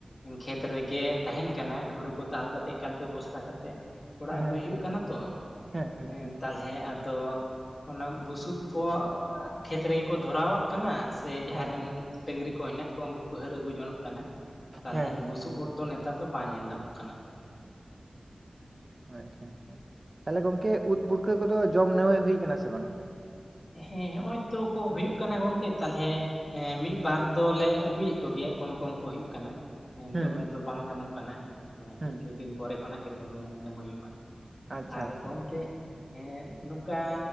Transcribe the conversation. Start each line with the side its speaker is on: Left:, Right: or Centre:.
Left: ᱠᱷᱮᱛ ᱨᱮᱜᱮ ᱛᱟᱦᱮᱱ ᱠᱟᱱᱟ ᱦᱩᱲᱩᱠ ᱠᱚ ᱫᱟᱞ ᱠᱟᱛᱮ ᱮᱠᱟᱞᱛᱮ ᱵᱚᱥᱛᱟ ᱠᱟᱛᱮᱫ ᱚᱲᱟᱜ
Right: ᱦᱮᱸ
Left: ᱟᱹᱜᱩᱭ ᱦᱩᱭᱩᱜ
Right: ᱦᱮᱸ
Left: ᱠᱟᱱᱟ ᱛᱚ
Right: ᱦᱮᱸ ᱦᱮᱸ
Left: ᱮᱱ
Right: ᱦᱮᱸ
Left: ᱛᱟᱞᱦᱮ ᱟᱫᱚ ᱚᱱᱟ ᱵᱩᱥᱩᱵ ᱠᱚ ᱠᱷᱮᱛ ᱨᱮᱜᱮ ᱠᱚ ᱫᱷᱚᱨᱟᱣᱟᱜ ᱠᱟᱱᱟ ᱥᱮ ᱡᱟᱦᱟᱸ
Right: ᱦᱮᱸ
Left: ᱨᱮᱱ ᱰᱟᱹᱝᱨᱤ ᱠᱚ ᱦᱮᱱᱟᱜ ᱠᱚᱝ ᱩᱱᱠᱩ ᱠᱚ ᱦᱟᱹᱨ ᱟᱹᱜᱩ ᱡᱚᱱᱚᱜ ᱠᱟᱱᱟ ᱛᱟᱞᱦᱮ
Right: ᱦᱮᱸ ᱦᱮᱸ
Left: ᱵᱩᱥᱩᱵ
Right: ᱦᱮᱸ
Left: ᱩᱫ ᱫᱚ ᱱᱮᱛᱟᱨ ᱫᱚ ᱵᱟᱝ ᱧᱮᱞ ᱧᱚᱜ ᱠᱟᱱᱟ
Right: <unintelligible> ᱛᱟᱦᱚᱞᱮ ᱜᱚᱝᱠᱮ ᱩᱫ ᱯᱩᱴᱠᱟᱹ ᱠᱚᱫᱚ ᱡᱚᱢ ᱱᱟᱹᱢᱟᱭ ᱦᱩᱭ ᱠᱟᱱᱟ ᱥᱮ ᱵᱟᱝ
Left: ᱦᱮᱸ ᱦᱚᱜᱼᱚᱭ ᱛᱚ ᱠᱚ ᱦᱩᱭᱩᱜ ᱠᱟᱱᱟ ᱜᱚᱝᱠᱮ ᱛᱟᱦᱚᱞᱮ ᱦᱮᱸ ᱢᱤᱫ ᱵᱟᱨ ᱫᱚᱞᱮ ᱟᱹᱜᱩᱭᱮᱫ ᱠᱚᱜᱮ ᱠᱚᱢ ᱠᱚᱢ ᱠᱚ ᱦᱩᱭᱩᱜ ᱠᱟᱱᱟ ᱦᱮᱸ
Right: ᱦᱩᱸ
Left: ᱫᱚᱢᱮ ᱫᱚ ᱵᱟᱝ ᱧᱟᱢᱚᱜ ᱠᱟᱱᱟ ᱮᱸ
Right: ᱦᱩᱸ
Left: ᱠᱤᱪᱷᱩ ᱫᱤᱱ ᱯᱚᱨᱮ ᱠᱷᱚᱱᱟᱜ ᱜᱮ ᱫᱚᱢᱮ ᱱᱟᱢᱟᱹᱭᱼᱟ
Right: ᱟᱪᱪᱷᱟ
Left: ᱟᱨ
Right: ᱟᱪᱪᱷᱟ
Left: ᱜᱚᱝᱠᱮ
Right: ᱟᱪᱪᱷᱟ
Left: ᱮᱫ ᱱᱚᱝᱠᱟ